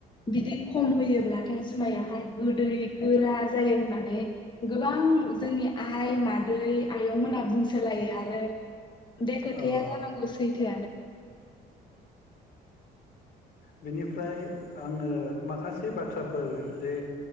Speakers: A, on the left; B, on the left.
A: बिदि खम होयोब्लाथाय जुमायाहाय गोदै गोरा जायो होननानै गोबां जोंनि आइ मादै आयंमोनहा बुंसोलायो आरो बे खोथाया
B: औ
A: जानांगौ सै <unintelligible>
B: बिनिफ्राय आङो माखासे बाथ्राफोर जे